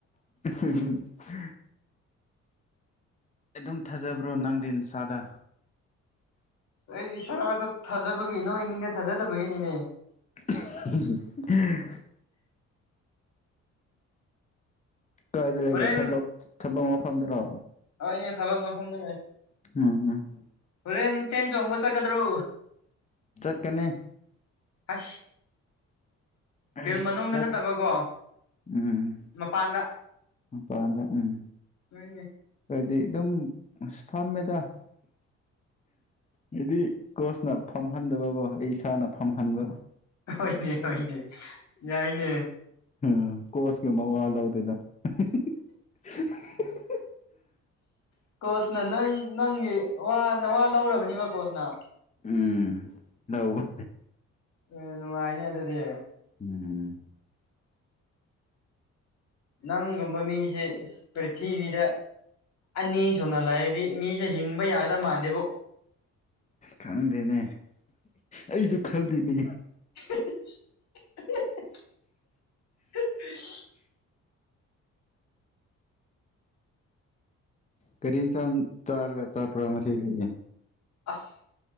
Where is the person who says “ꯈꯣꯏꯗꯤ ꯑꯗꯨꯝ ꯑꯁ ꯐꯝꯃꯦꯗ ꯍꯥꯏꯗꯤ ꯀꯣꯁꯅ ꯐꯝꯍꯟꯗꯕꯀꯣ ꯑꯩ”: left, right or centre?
Left